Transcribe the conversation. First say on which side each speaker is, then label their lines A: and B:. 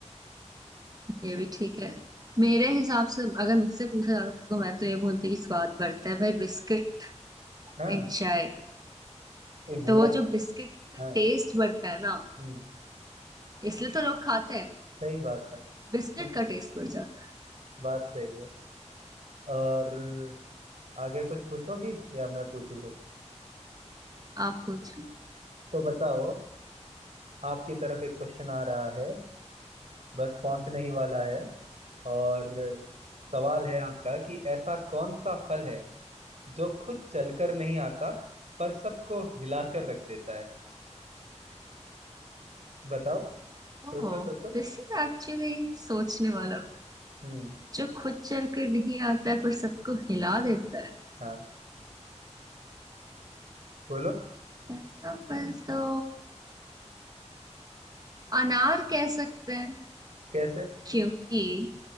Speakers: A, on the right; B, on the right.
A: ये भी ठीक है मेरे हिसाब से अगर मुझसे पूछा जाता तो मैं तो ये बोलती कि स्वाद बढ़ता है भाई बिस्किट
B: हाँ
A: एंड चाय
B: इजला
A: तो वो जो बिस्किट का
B: हाँ
A: टेस्ट बढ़ता है ना
B: हम्म,
A: इसलिए तो लोग खाते हैं
B: सही बात है
A: बिस्किट
B: तो
A: का टेस्ट बढ़ जाता है
B: बात सही है और आगे कुछ पूछोगी या मैं पूछूं कुछ
A: आप पूछो
B: तो बताओ आपकी तरफ एक क्वेश्चन आ रहा है बस पहुंचने ही वाला है और सवाल है आपका कि ऐसा कौन सा फल है जो खुद चलकर नहीं आता पर सबको हिलाकर रख देता है बताओ
A: ओह
B: सोचो सोचो
A: दिस इज एक्चुअली सोचने वाला
B: हम्म
A: जो खुद चल कर नहीं आता है पर सबको हिला देता
B: हाँ बोलो
A: है ऐसा फल तो अनार कह सकते हैं
B: कैसे
A: क्योंकि